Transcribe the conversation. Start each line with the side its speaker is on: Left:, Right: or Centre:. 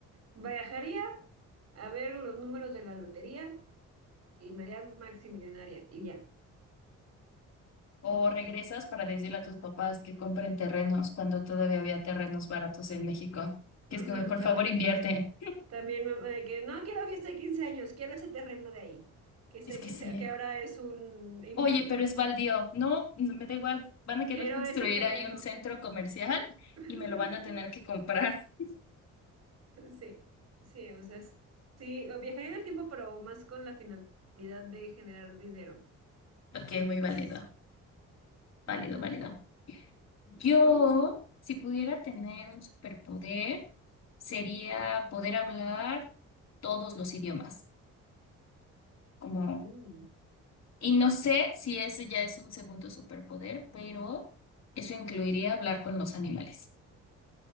Right: Viajaría a ver los números de la lotería y me haría maximillonaria y ya.
Left: O regresas para decirle a tus papás que compren terrenos cuando todavía había terrenos baratos en México. Que
Right: Ajá,
Left: es como, por
Right: también.
Left: favor, invierte.
Right: También me- de que no quiero fiesta de 15 años, quiero ese terreno de ahí, que sé
Left: Es que
Right: que,
Left: sí.
Right: se- que ahora es un imperio.
Left: Oye, pero es baldío. No, no me da igual. Van a querer
Right: Quiero
Left: construir
Right: ese terreno.
Left: ahí un centro comercial
Right: <laughs>
Left: y me lo van a tener que comprar. <laughs>
Right: Sí, sí, o sea, sí, o viajar en el tiempo, pero más con la finalidad de generar dinero
Left: Ok,
Right: y riquezas.
Left: muy válido.
Right: Ujú.
Left: Válido, válido. Yo,
Right: ¿Y tú?
Left: si pudiera tener un superpoder, sería poder hablar todos los idiomas. Como
Right: Uh.
Left: Y no sé si ese ya es un segundo superpoder, pero eso incluiría hablar con los animales.